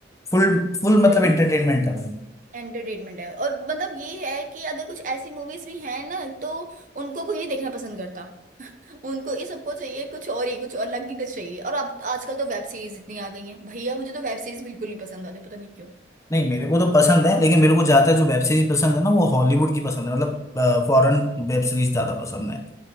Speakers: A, on the left; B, on the right.
A: फुल फुल मतलब
B: वही
A: एंटरटेनमेंट है वो
B: एंटरटेनमेंट है और मतलब ये है कि अगर कुछ ऐसी मूवीज भी हैं ना तो उनको कोई नहीं देखना पसंद करता उनको ये सबको चाहिए कुछ और ही कुछ और अलग ही कुछ चाहिए और अब आजकल तो वेब सीरीज इतनी आ गई हैं भैया मुझे तो वेब सीरीज बिल्कुल नहीं पसंद आती पता नहीं क्यों
A: नहीं मेरे को तो पसंद है लेकिन मेरे को ज्यादातर जो वेब सीरीज पसंद है ना वो हॉलीवुड की पसंद है मतलब फॉरेन वेब सीरीज ज्यादा पसंद है